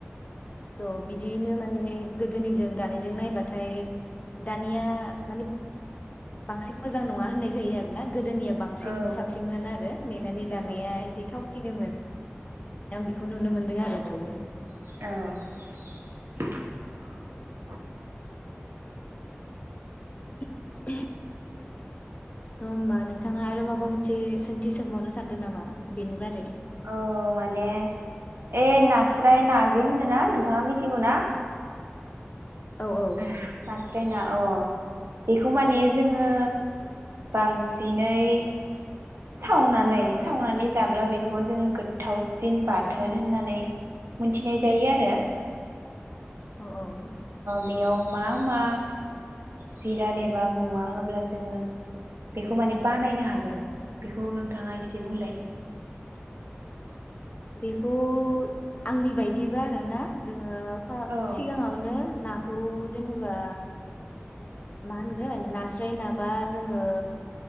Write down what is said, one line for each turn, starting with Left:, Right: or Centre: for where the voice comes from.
Left: थह बिदियैनो माने गोदोनिजों दानिजों नायबाथाय दानिया माने बांसिन मोजां नङा होननाय जायो आरोना गोदो दोनिया बांसिन
Right: औ
Left: साबसिनमोन आरो मेनानै
Right: औ
Left: जानाया एसे थावसिन निनोमोन आं बेखौ नुनो मोनदों आरो दायो
Right: औ
Left: <inaudible> थ' होमबा नोंथाङा आरो माबा मोनसे सोंथि सोंबावनो सानदों नामा बेनि बारै
Right: औ माने ए नास्राय नाजे होनो ना नोंथाङा मिथिगौ ना
Left: औ औ
Right: <unintelligible> नास्राय ना अ बेखौ माने जोङो बांसिनै सावनानै सावनानै जाब्ला बेखौ जों गोथावसिन बाथोन होननानै मोनथिनाय जायो आरो
Left: औ औ
Right: बेयाव‌ मा मा जिराद एबा मुवा होब्ला जोङो बेखौ माने‌ बानायनो हागोन बेखौ नोंथाङा एसे बुंलाय
Left: बेखौ आंनि बायदियैबा आरोना जोङो ओ फा
Right: औ
Left: सिगाङावनो ना औ जेनेबा मा होनगोन नास्राय नाबा जोङो